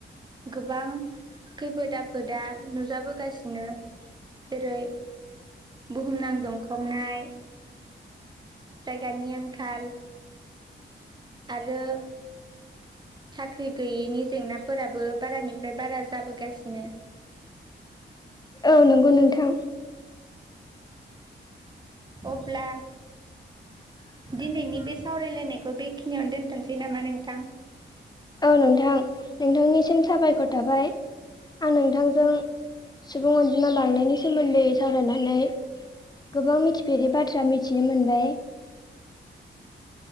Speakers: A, on the right; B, on the left.
A: गोबां खैफोद आफोदा नुजाबोगासिनो जेरै बुहुमनां दुंखावनाय। जायगानि आंखाल आरो साख्रि गैयैनि जेंना फोराबो बारानिफ्राय बारा जाबोगासिनो।
B: औ नंगौ नोंथां
A: अब्ला दिनैनि बे सावरायलायनायखौ बेखिनियावनो दोनथ'सै नामा नोंथां?
B: औ नोंथां नोंथांनिसिम साबायखर थाबाय। आं नोंथांजों सुबुं अनजिमा बांनायनि सोमोन्दै सावरायनानै गोबां मिथिफेरि बाथ्रा मिथिनो मोनबाय।